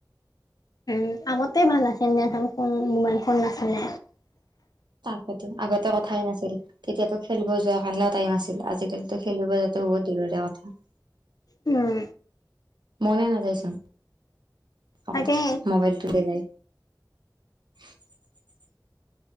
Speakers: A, on the left (about 55°); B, on the right (about 85°).
A: উম আগতে ভাল আছিলে <unintelligible> কোন মোবাইল ফোন নাছিলে।
B: তাৰতো আগতে কথাই নাছিল তেতিয়াতো খেলিব যোৱাৰ কাৰণেও টাইম আছিল আজিকাল এটিয়াটো খেলিব যোৱাতো বহুত দূৰৰে কথা।
A: উম।
B: মনে নাযায়চোন অকল
A: তাকে
B: মোবাইলটো লে যায়। <unintelligible>